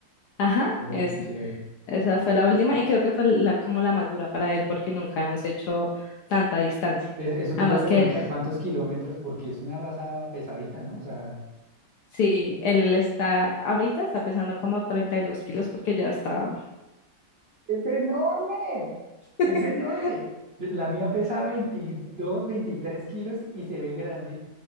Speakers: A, on the left; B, on the right.
A: Ajá,
B: Oh,
A: esa.
B: qué chévere.
A: Esa fue la última y creo que fue la, como la más dura para él porque nunca hemos hecho tanta distancia.
B: Es- eso
A: Además
B: te iba a preguntar,
A: que él-
B: ¿cuántos kilómetros? Porque es una raza pesadita, ¿no? O sea,
A: sí, él está, ahorita está pesando como 32 kilos porque ya está
B: es enorme,
A: <laughs>
B: es enorme. La mía pesa 22, 23 kilos y se ve grande.